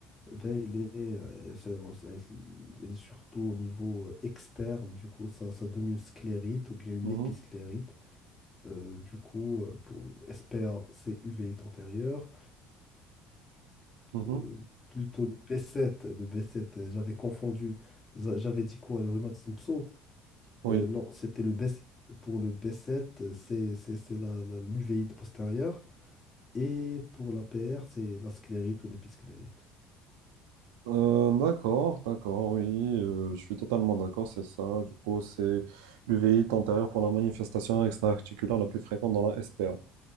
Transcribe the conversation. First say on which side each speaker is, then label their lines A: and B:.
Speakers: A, on the left; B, on the right.
A: eh ben, elle est, euh, c'est- c'est- elle est surtout au niveau externe, du coup, ça, ça donne une sclérite ou bien une
B: Mhm.
A: épisclérite. Euh, du coup, euh, pour SPA, c'est uvéite antérieure
B: Mhm.
A: euh, plutôt le b sept Le b sept euh, j'avais confondu. Za- J'avais dit quoi, le rhumatisme pso?
B: Oui.
A: Euh, non, c'était le B7. Pour le b sept euh, c'est c'est- c'est la, la- l'uvéite postérieure. Et pour la PR, c'est la sclérite ou l'épisclérite.
B: Euh, d'accord, d'accord, oui, euh, je suis totalement d'accord, c'est ça. Du coup, c'est l'UVI antérieure pour la manifestation extra-articulaire la plus fréquente dans la SPA.